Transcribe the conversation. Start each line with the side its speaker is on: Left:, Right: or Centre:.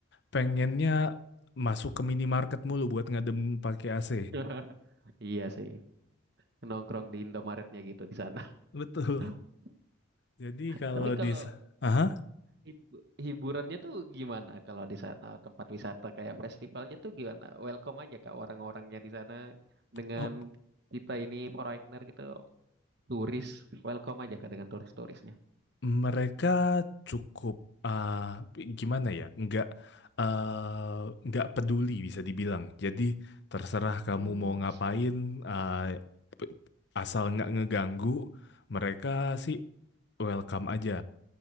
Left: pengennya masuk ke minimarket mulu buat ngadem pakai AC.
Right: <laughs> Iya sih. Nongkrong di Indomaretnya gitu di sana.
Left: Betul.
Right: <laughs>
Left: Jadi kalau
Right: Tapi kalau
Left: di... Aha.
Right: Hib- hiburannya tuh gimana kalau di sana tempat wisata kayak festivalnya tuh gimana? Welcome aja kak orang-orangnya di sana dengan
Left: Oh,
Right: kita ini foreigner gitu turis welcome aja kak dengan turis-turisnya.
Left: Mereka cukup eh, gimana ya? Nggak eh, nggak peduli bisa dibilang. Jadi terserah kamu
Right: Hmm,
Left: mau ngapain, eh, p- asal nggak ngeganggu, mereka sih welcome aja.